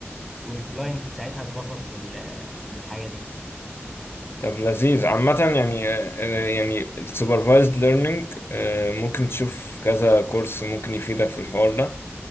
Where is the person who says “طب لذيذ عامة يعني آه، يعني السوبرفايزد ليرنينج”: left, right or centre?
Left